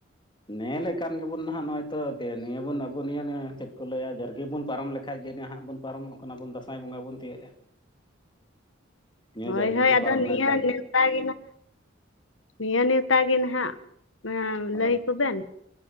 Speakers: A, on the left; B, on the left.
A: ᱱᱮᱞ ᱞᱮᱠᱟᱱ ᱜᱮᱵᱚᱱ ᱱᱟᱦᱟᱜ ᱱᱚᱜᱼᱚᱭ ᱛᱚ ᱱᱤᱭᱟᱹᱵᱚᱱ ᱟᱵᱚ ᱱᱤᱭᱟᱹᱮ ᱪᱮᱫ ᱠᱚ ᱞᱟᱹᱭᱟ ᱡᱟᱨᱜᱮᱵᱚᱱ ᱯᱟᱨᱚᱢ ᱞᱮᱠᱷᱟᱡ ᱜᱮ ᱱᱟᱦᱟᱜ ᱵᱚᱱ ᱯᱟᱨᱚᱢᱚᱜ ᱠᱟᱱᱟᱵᱚᱱ ᱫᱟᱸᱥᱟᱭ ᱵᱚᱸᱜᱟ ᱵᱚᱱ ᱛᱤᱭᱮᱜᱼᱟ᱾ ᱱᱤᱭᱟᱹ
B: ᱦᱳᱭ
A: ᱡᱟᱨᱜᱤ
B: ᱦᱳᱭ
A: ᱠᱚ
B: ᱟᱫᱚ
A: ᱯᱟᱨᱚᱢ
B: ᱱᱤᱭᱟᱹ
A: ᱞᱮᱱᱠᱷᱟᱡ ᱜᱮ᱾
B: ᱱᱮᱣᱛᱟ ᱱᱟᱦᱟᱜ ᱱᱤᱭᱟᱹ ᱱᱮᱣᱛᱟ ᱜᱮ ᱱᱟᱦᱟᱜ
A: ᱦᱳᱭ
B: ᱞᱟᱹᱭᱠᱚᱵᱮᱱ᱾